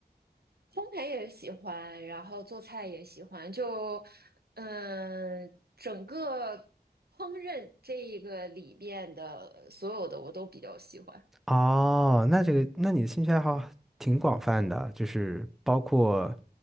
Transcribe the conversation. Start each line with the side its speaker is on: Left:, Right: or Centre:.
Right: 烘焙也喜欢，然后做菜也喜欢，就嗯、呃整个烹饪这一个里边的所有的我都比较喜欢。
Centre: 哦，那这个，那你的兴趣爱好挺广泛的，就是包括